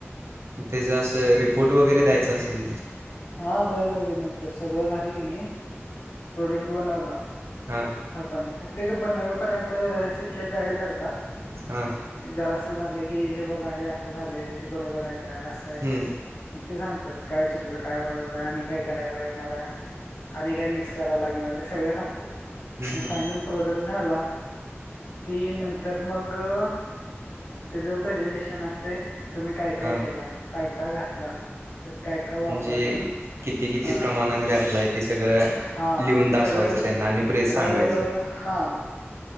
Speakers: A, on the right; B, on the left.
A: त्याचा असं रिपोर्ट वगैरे द्यायचा असेल.
B: हा द्या चार की नंतर, सगळं झाले की नाही, प्रोडक्ट बनवला.
A: हा
B: आपण,, ते काय बनवे पर्यंत शिक्षक गाईड करतात.
A: हा
B: जरा अस झालं की, हे बघा हे असं झालेय, हे बरोबर आय काय, असं
A: हम्म
B: आहे काय, म ते सांगतात काय चुकलं, काय बरोबर, आणि काय कराय लागणार य आणि काय मिक्स करायला लागणारय,, ते सगळ सांगत्यात,
A: हम्म हम्म
B: म फायनल प्रोडक्ट झाला. कि' नंतर मगऽऽ ते ज प्रेझेंटेशन असतय,, तुम्ही काय, काय
A: हा
B: केला. काय, काय घातला. काय, काय
A: म्हणजे
B: वापरलं.
A: किती, किती
B: ह
A: प्रमाणात घातलाय ते सगळं
B: हा
A: लिहून
B: ते
A: दाखवायचं
B: सगळं
A: त्यांना आणि परेत सांगायचे
B: अ हा